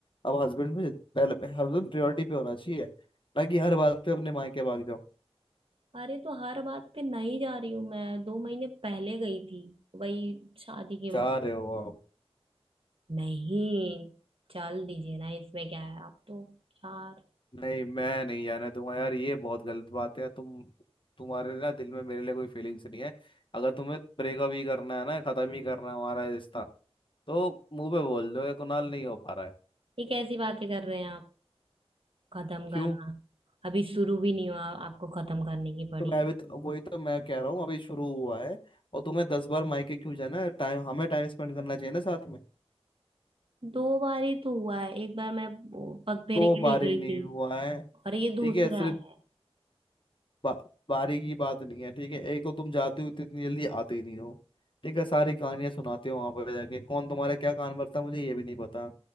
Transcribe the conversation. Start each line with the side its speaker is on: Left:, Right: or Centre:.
Left: अब हस्बैंड में पहले हस्बैंड प्रायोरिटी पे होना चाहिए ना कि हर बात पे अपने मायके भाग जाओ
Right: अरे तो हर बात पे नहीं जा रही हूँ मैं दो महीने पहले गई थी वही शादी के
Left: जा
Right: वक्त
Left: रहे हो आप
Right: नहीं चल दीजिए ना इसमें क्या है आप तो यार
Left: नहीं मैं नहीं जाना दूंगा यार ये बहुत गलत बात है यार तुम तुम्हारे ना दिल में मेरे लिए कोई फीलिंग्स नहीं है अगर तुम्हें ब्रेकअप ही करना है ना खत्म ही करना है हमारा रिश्ता तो मुंह पे बोल दो कि कुणाल नहीं हो पा रहा है
Right: ये कैसी बातें कर रहे हैं आप खत्म
Left: क्यों
Right: करना अभी शुरू भी नहीं हुआ आपको खत्म करने की पड़ी
Left: तो मैं
Right: है
Left: भी तो वही तो मैं कह रहा हूँ अभी शुरू हुआ है और तुम्हें दस बार मायके क्यों जाना है टाइम हमें टाइम स्पेंड करना चाहिए ना साथ में
Right: दो बार ही तो हुआ है एक बार मैं वो पगफेरे
Left: तो बारी
Right: के लिए गई
Left: नहीं
Right: थी
Left: हुआ है
Right: और ये दूसरा
Left: ठीक है सिर्फ
Right: है
Left: बा, बारी की बात नहीं है ठीक है एक तो तुम जाते हो तो इतनी जल्दी आते ही नहीं हो ठीक है सारी कहानियां सुनाते हो वहां पर जाके कौन तुम्हारे क्या कान भरता है, मुझे ये भी नहीं पता